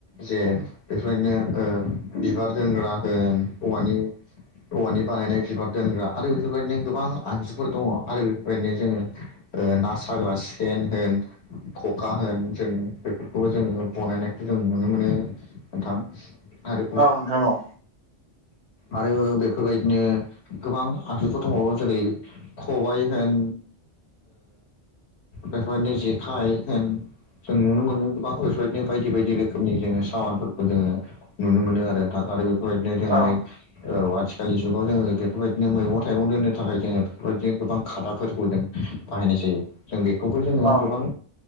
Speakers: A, on the left; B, on the right.
A: जे बेफोरबायदिनो ओ बिबार दोनग्रा होन औवानि औवानि बानायनाय बिबार दोनग्रा आरो बेफोरबायदिनो गोबां आगजुफोर दङ आरो बेफोरबायदिनो जोङो ओ ना सा साग्रा सेन होन खखा होन जों बेफोरखौबो जोङो बनायनायखौ जों नुनो मोनो। ओ नोंथां। आरो
B: औ नोंथां औ।
A: आरो बेफोरबायदिनो गोबां आगजुफोर दंबावो जेरै खबाइ होन बेफोरनो जेखाइ होन जों नुनो मोनो गोबां बेफोरबायदिनो बायदि बायदि रोखोमनि जोङो सामानफोरखौ जोङो नुनो मोनो आरो नोंथां आरो बे रैनो जों
B: औ
A: बै औ आथिखालनि जुगाव जोङो बेफोरबायदिनो मैगं थाइगं दोननो थाखाय जोङो बेफोरबायदिनो गोबां खादाफोरखौ जों बाहायनाय जायो जों बेखौबो जोङो
B: औ
A: गोबां